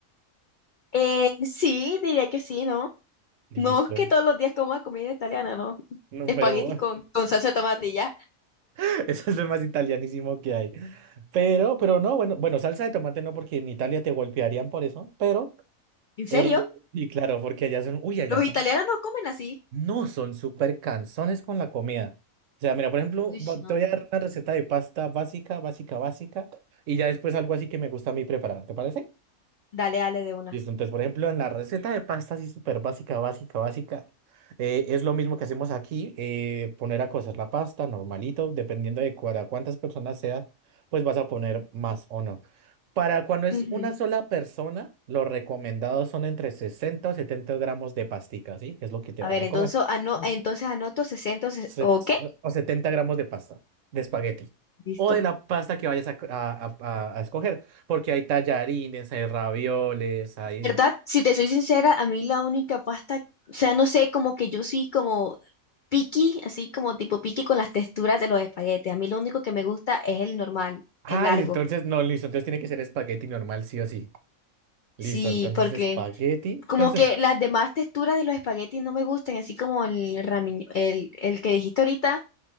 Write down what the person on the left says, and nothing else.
Eh, sí, diría que sí, ¿no?
No es que todos los días coma comida italiana, ¿no?
Espagueti
con, con salsa de tomate y ya.
¿En serio?
Los
italianos no comen así.
Uy,
no.
Dale, dale de una.
Ujú.
A
ver,
entonces,
ano- entonces anoto 60 ses-
o
qué.
Listo.
¿Verdad? Si te soy sincera, a mí la única pasta, o sea, no sé, como que yo soy como Piqui, así como tipo piqui con las texturas de los espaguetes. A mí lo único que me gusta es el normal,
el largo.
Sí,
porque
como
que las demás texturas de los espaguetis no me gustan, así como el rami- el, el que dijiste ahorita,